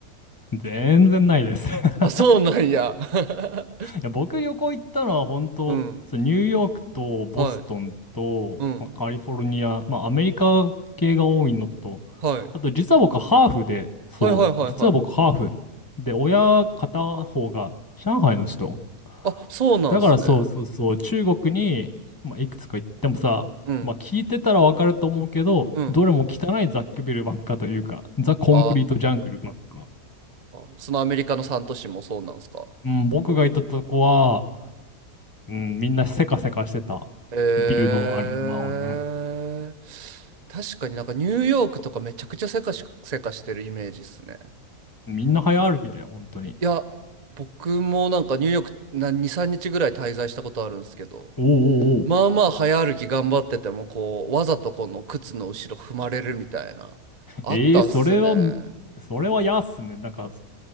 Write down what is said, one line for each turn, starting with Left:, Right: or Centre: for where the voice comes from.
Left: 全然ないです <laughs> い
Right: あ、そうなんや。<laughs>
Left: や、僕旅行行ったのは本当、
Right: うん。
Left: そうニューヨークとボストンと、
Right: はい。うん。
Left: まあ、カリフォルニア、まあ、アメリカ系が多いのと、
Right: はい。
Left: あと実は僕ハーフで、そう、
Right: はいはいはいはい。
Left: 実は僕ハーフで、親片方が上海の人。
Right: あ、そうなんすね。
Left: だからそうそうそう、中国に、まあ、いくつか行ってもさ、
Right: うん。
Left: まあ、聞いてたらわかると思うけど、
Right: うん。
Left: どれも汚い雑居ビルばっかというか、ザ・コンクリート・
Right: あ
Left: ジャングルばっか。
Right: ー、そのアメリカの3都市もそうなんすか。
Left: うん、僕が行ったとこは、うん、みんなせかせかしてた。
Right: へえ。
Left: ビルのあれ、まあね。
Right: 確かになんかニューヨークとかめちゃくちゃせかし、せかしてるイメージっすね。
Left: みんな早歩きだよ、本当に。
Right: いや、僕もなんかニューヨークな2、3日ぐらい滞在したことあるんですけど、
Left: おうおうおう。
Right: まあまあ早歩き頑張っててもこうわざとこの靴の後ろ踏まれるみたいなあったっすね
Left: えー、それは、それはやっすね。なんか、